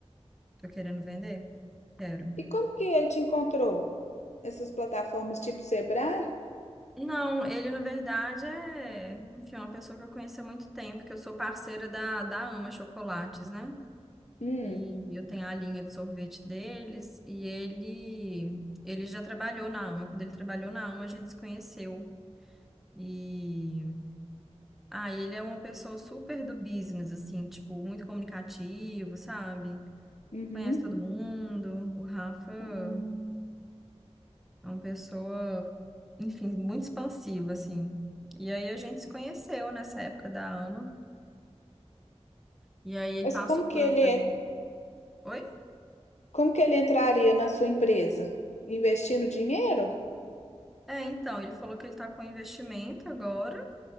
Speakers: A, in the centre; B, on the left (about 80°).
A: Tô querendo vender? Quero.
B: E como que ele te encontrou? Essas plataformas tipo Sebrae?
A: Não, ele na verdade é, enfim, é uma pessoa que eu conheci há muito tempo, que eu sou parceira da, da Ama Chocolates, né?
B: Hum,
A: E eu tenho a linha de sorvete deles, e ele ele já trabalhou na Ama. Quando ele trabalhou na Ama, a gente se conheceu. E ah, ele é uma pessoa super do business, assim, tipo, muito comunicativo, sabe?
B: uhum.
A: Conhece todo mundo. O Rafa é
B: Hum.
A: uma pessoa, enfim, muito expansiva, assim. E aí a gente se conheceu nessa época da AMA. E aí ele
B: Mas
A: passou
B: como
A: por
B: que
A: outras.
B: ele,
A: Oi?
B: como que ele entraria na sua empresa? Investindo dinheiro?
A: É, então, ele falou que ele tá com investimento agora.